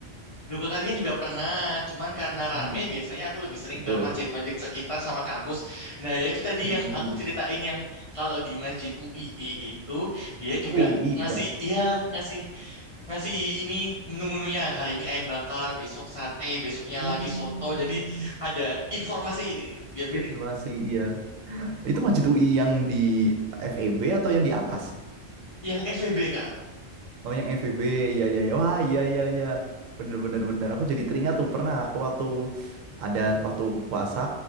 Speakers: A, on the left; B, on the right.
A: Juga kalian juga pernah, cuman karena rame
B: Mm,
A: biasanya aku lebih sering
B: Betul.
A: ke masjid-masjid sekitar sama kampus. Nah, ya itu tadi
B: Mm-mm.
A: yang aku ceritain yang kalau di Masjid UII itu dia juga
B: UI
A: ngasih
B: ya.
A: iya ngasih ngasih ini menu-menunya hari ini ayam bakar besok sate besoknya
B: Hmm.
A: lagi soto jadi ada informasi biar
B: Simulasi iya. Itu Masjid UI yang di FEB atau yang di atas?
A: Yang FEB, Kak.
B: Oh yang FVB, iya iya iya. Wah, iya iya iya. Bener bener bener. Aku jadi teringat tuh pernah aku waktu ada waktu puasa,